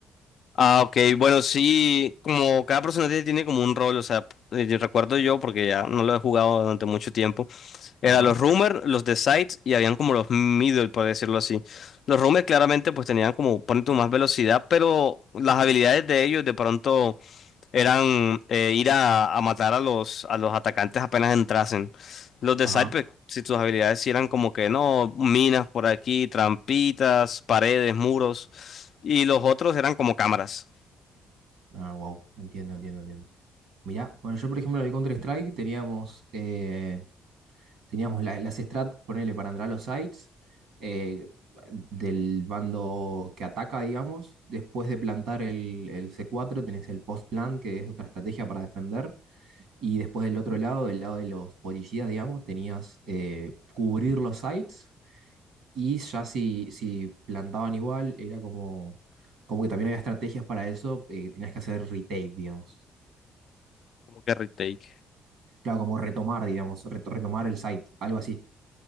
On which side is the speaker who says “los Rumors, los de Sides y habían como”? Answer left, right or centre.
Left